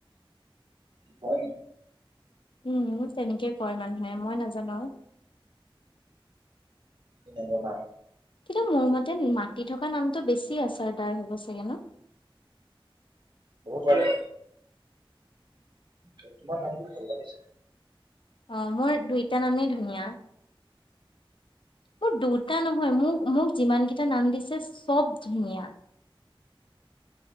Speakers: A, on the right; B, on the left.
A: হয় নি
B: উম। তেনেকেই কয় মানুহে মই নাজানো।
A: নাজানা
B: কিন্তু মোৰ মতে মাতি থকা নামটো বেছি আছোৰদাৰ হব চাগে ন?
A: বহুত হয় তোমাৰ নামটো ভাল লাগিছে।
B: অ', মোৰ দুইটা নামেই ধুনু। না মোৰ দুটা নহয় মোৰ মোক যিমান কিটা নাম দিছে চব ধুনীয়া।